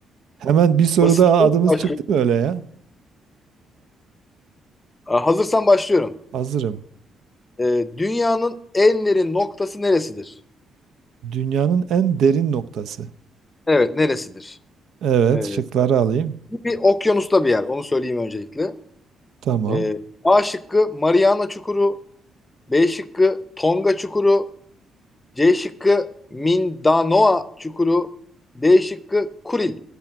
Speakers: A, on the right (about 75°); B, on the left (about 20°).
A: Hemen bir soruda
B: Basit bir soruyla
A: adımız çıktı
B: başlıyorum.
A: mı öyle ya?
B: Aa, Hazırsan başlıyorum.
A: Hazırım.
B: Ee, dünyanın en derin noktası neresidir?
A: Dünyanın en derin noktası.
B: Evet neresidir?
A: Evet,
B: Ee,
A: şıkları alayım.
B: bu bir okyanusta bir yer. Onu söyleyeyim öncelikle.
A: Tamam.
B: Ee, A şıkkı Mariana Çukuru, B şıkkı Tonga Çukuru. C şıkkı Mindanoa Çukuru. D şıkkı Kuril